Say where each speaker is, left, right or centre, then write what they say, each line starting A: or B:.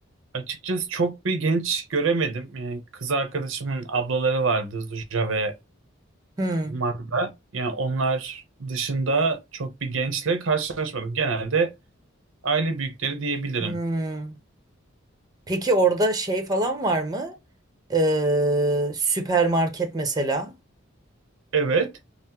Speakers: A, on the right (about 70°); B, on the right (about 20°).
A: Açıkçası çok bir genç göremedim. Yani kız arkadaşımın ablaları vardı Zuja ve
B: Hmm,
A: Magda. Yani onlar dışında çok bir gençle karşılaşmadım. Genelde aile büyükleri diyebilirim.
B: hmm. Peki orada şey falan var mı? Ee, süpermarket mesela.
A: Evet.